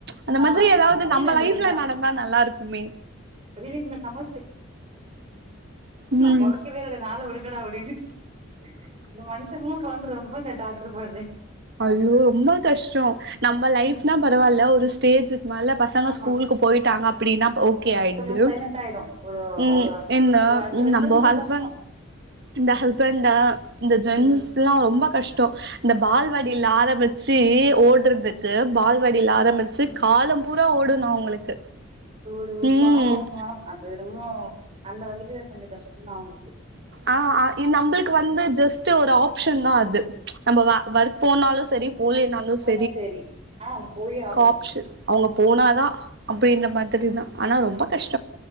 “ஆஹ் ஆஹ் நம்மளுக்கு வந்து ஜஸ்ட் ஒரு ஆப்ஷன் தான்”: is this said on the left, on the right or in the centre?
Right